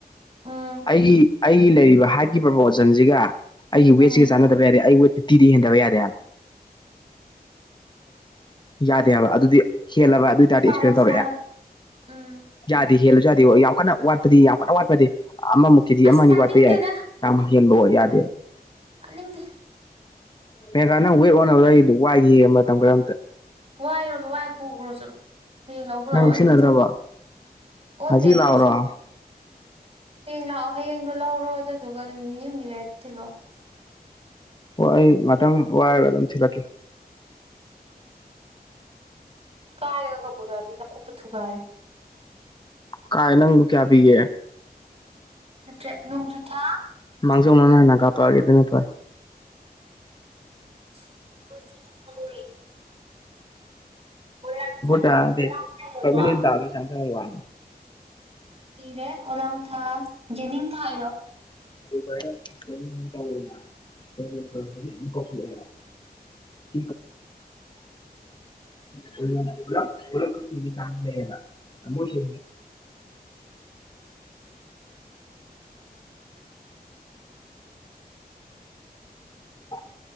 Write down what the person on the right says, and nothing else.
ꯎꯝ
ꯎꯝ
ꯄꯥꯔꯣ
ꯄꯥꯔꯣ ꯎꯝ
ꯑꯁ
ꯇꯥꯅꯤꯡꯗꯦꯗ
ꯇꯥꯅꯤꯡꯗꯦ
ꯋꯥꯏꯔꯣ ꯋꯥꯏꯔꯣ ꯄꯨꯒꯈ꯭ꯔꯣ ꯆꯠꯂꯣ ꯍꯌꯦꯡ ꯂꯧꯕ
ꯂꯥꯛꯑꯣ ꯑꯌꯨꯛꯇ
ꯑꯣꯟꯗꯦ
ꯑꯩ
ꯀꯩꯁꯨ ꯍꯌꯦꯡ ꯂꯥꯛꯑꯣ ꯍꯌꯦꯡꯗꯣ ꯂꯧꯔꯣ ꯑꯗꯨꯗꯨꯒ ꯅꯨꯃꯤꯠ ꯅꯤꯅꯤ ꯍꯨꯝꯅꯤ ꯂꯩꯔ ꯊꯤꯜꯂꯛꯂꯣ
ꯀꯥꯏꯔꯥꯒ ꯄꯨꯔꯛꯑꯗꯤ ꯅꯥꯀꯣꯛꯇꯣ ꯊꯨꯒꯥꯏꯔꯦ
ꯆꯇ꯭ꯔꯦꯠ ꯅꯣꯡꯖꯨ ꯊꯥ ꯃꯊꯪꯗꯅꯦ
<inaudible> ꯑꯣꯂꯥꯡ ꯊꯥ
ꯑꯣꯂꯥꯡ ꯊꯥ ꯏꯔꯕꯣ
ꯏꯔꯦ ꯑꯣꯂꯥꯡ ꯊꯥ ꯌꯦꯅꯤꯡ ꯊꯥ ꯏꯔꯣ